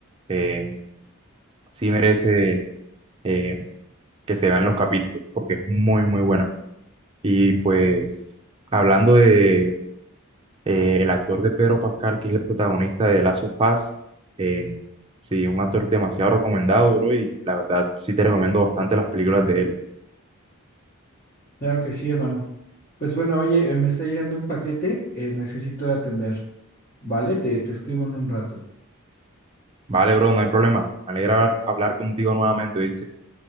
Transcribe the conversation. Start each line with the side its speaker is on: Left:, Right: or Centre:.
Right: eh, sí merece eh, que se vean los capítulos, porque es muy, muy buena. Y pues, hablando de eh, el actor de Pedro Pascal, que es el protagonista de The Last of Us, eh, sí, un actor demasiado recomendado, bro, y la verdad sí te recomiendo bastante las películas de él.
Left: Claro que sí, hermano. Pues bueno, oye, eh, me está llegando un paquete, eh, necesito ir a atender, ¿vale? Te, te escribo en un rato.
Right: Vale, bro, no hay problema. Me alegra hablar, hablar contigo nuevamente, ¿viste?